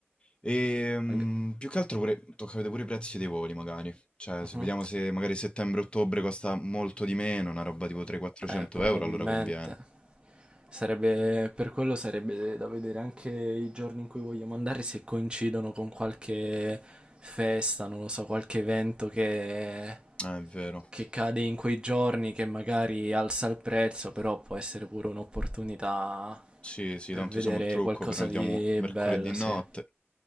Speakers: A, on the left (about 25°); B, on the right (about 20°).
A: E mm,
B: Mag-
A: più che altro pure, tocca vedere pure i prezzi dei voli magari, cioè
B: Mhm.
A: se vediamo se magari settembre-ottobre costa molto di meno, una roba tipo 300-400
B: Eh, probabilmente.
A: euro, allora conviene.
B: Sarebbe, per quello sarebbe da vedere anche i giorni in cui vogliamo andare se coincidono con qualche festa, non lo so, qualche evento che,
A: Eh, è vero,
B: che cade in quei giorni che magari alza il prezzo, però può essere pure un'opportunità
A: sì sì,
B: per
A: tanto
B: vedere
A: siamo il trucco,
B: qualcosa
A: prenotiamo
B: di
A: mercoledì
B: bello,
A: notte.
B: sì.